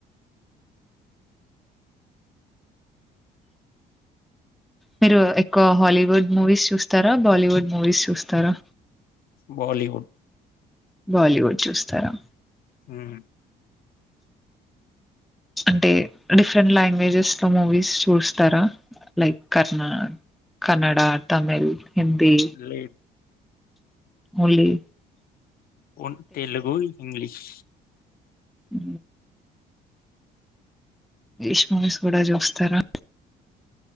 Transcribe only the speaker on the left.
బాలీవుడ్
ఊమ్
లేదు
ఓన్ తెలుగు, ఇంగ్లీష్